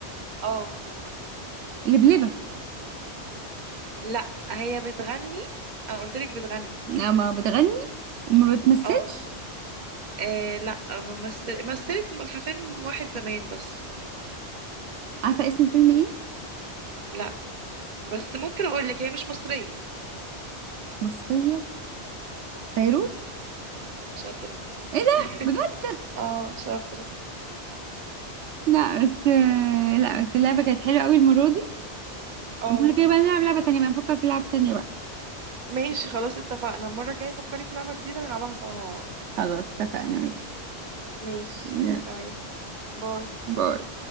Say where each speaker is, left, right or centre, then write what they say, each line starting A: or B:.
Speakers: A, on the right (about 45°); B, on the right (about 85°).
A: اه
B: لبلبة
A: لا هي بتغني انا قلت لك بتغني
B: لا، ما بتغني وما بتمثلش
A: اه آه لا ما مثل... مثلت في فيلم واحد زمان بس
B: عارفة اسم الفيلم ايه
A: لا بس ممكن اقول لك هي مش مصرية
B: مش مصرية فيروز
A: شاطرة
B: ايه ده
A: <laughs>
B: بجد
A: اه شاطرة
B: لا بس لا بس اللعبة كانت حلوة قوي المرة دي
A: اه
B: المرة الجاية بقى نلعب لعبة تانية بقى نفكر في لعبة تانية بقى
A: ماشي خلاص اتفقنا المرة الجاية فكري في لعبة جديدة نلعبها سوا مع بعض
B: خلاص اتفقنا ماشي
A: ماشي
B: يلا،
A: تمام باي
B: باي